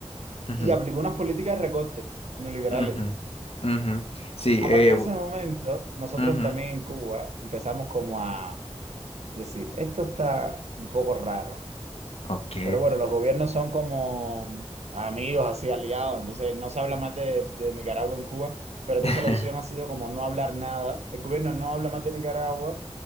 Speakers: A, on the left (about 60°); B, on the right (about 75°).
A: ujú,
B: y aplicó unas políticas de recortes neoliberales.
A: ujú, ujú. Sí,
B: A
A: eh,
B: partir de
A: bu-
B: ese momento, nosotros
A: ujú.
B: también en Cuba empezamos como a decir, esto está un poco raro.
A: Ok.
B: Pero bueno, los gobiernos son como amigos, así aliados, entonces no se habla más de, de Nicaragua en Cuba, pero entonces
A: <laughs>
B: la opción ha sido como no hablar nada. El gobierno no habla más de Nicaragua,